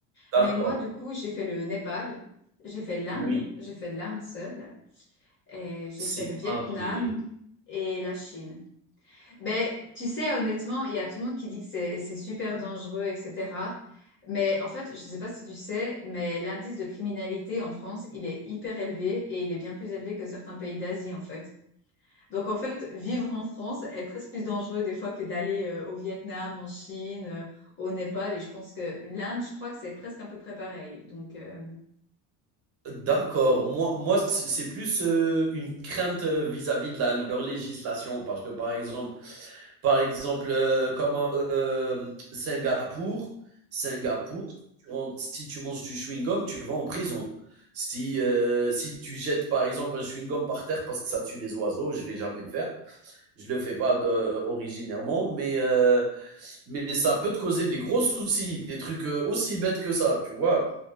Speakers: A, on the right; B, on the left.
A: d'accord,
B: Mais moi, du coup, j'ai fait le Népal, j'ai fait l'Inde,
A: oui,
B: j'ai fait l'Inde seule, et j'ai
A: c'est
B: fait le Vietnam
A: pas vrai.
B: et la Chine. Ben, tu sais, honnêtement, il y a tout le monde qui dit que c'est c'est super dangereux, etc. Mais en fait, je ne sais pas si tu sais, mais l'indice de criminalité en France, il est hyper élevé et il est bien plus élevé que certains pays d'Asie, en fait. Donc, en fait, vivre en France est presque plus dangereux des fois que d'aller euh, au Vietnam, en Chine, euh, au Népal. Et je pense que l'Inde, je crois que c'est presque un peu près pareil. Donc, euh,
A: D'accord, moi moi, c'est c'est plus, heu, une crainte, heu, vis-à-vis de la leur législation parce que, par exemple, Par exemple, euh, comme euh, Singapour, Singapour, si tu, rentres- si tu manges du chewing-gum, tu vas en prison. Si, euh, si tu jettes, par exemple, un chewing-gum par terre parce que ça tue les oiseaux, je vais jamais le faire. Je le fais pas de- originairement, mais, euh, mais ça peut te causer des gros soucis, des trucs euh, aussi bêtes que ça, tu vois.